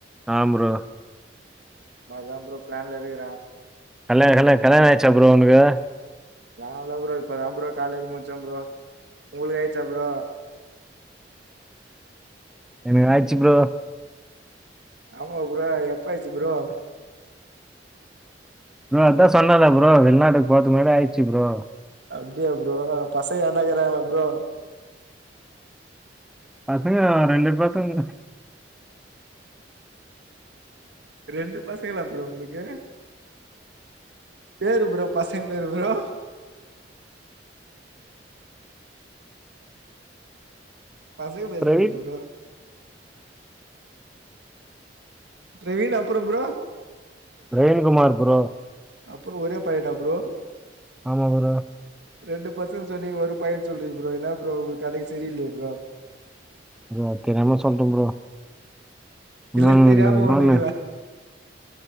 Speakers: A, in the centre; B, on the right.
A: ஆமா ப்ரோ.
B: அதா ப்ரோ பிளான் ல இருக்கிற
A: கல்யா கல்யா கல்யாணம் ஆயிருச்சா ப்ரோ உங்களுக்கு
B: அவளா ப்ரோ இப்ப தான்ப்ரோ காலேஜ் முடிச்ச ப்ரோ உங்களுக்கு ஆயிச்சா ப்ரோ
A: எனக்கு ஆயிடுச்சு ப்ரோ
B: ஆமா ப்ரோ எப்ப ஆச்சு ப்ரோ
A: ந அதா சொன்னல ப்ரோ வெளிநாட்டுக்கு பொதுக்கு முன்னாடி ஆயிடுச்சு ப்ரோ
B: அப்படியா ப்ரோ பசங்க யார்னா இருக்காங்களா ப்ரோ
A: பசங்க ரெண்டு பசங்க
B: ரெண்டு பசங்களா ப்ரோ உங்களுக்கு பேரு ப்ரோ பசங்க பேரு ப்ரோ பசங்க பேர்
A: பிரவீன்,
B: சொல்லுங்க ப்ரோ பிரவீன் அப்புறம் ப்ரோ
A: பிரவீன் குமார் ப்ரோ
B: அப்புறம் ஒரே பையனா ப்ரோ
A: ஆமா ப்ரோ
B: ரெண்டு பசங்கன்னு சொன்னிங்க ஒரு பையன் சொல்றீங்க ப்ரோ என்ன ப்ரோ உங்க கதையே சரி இல்லையே ப்ரோ
A: ப்ரோ தெரியாம சொல்லட்ட ப்ரோ இன்னொன்னு
B: இல்ல தெரியாம
A: இன்னொன்னு
B: ஒண்ணுக்குதா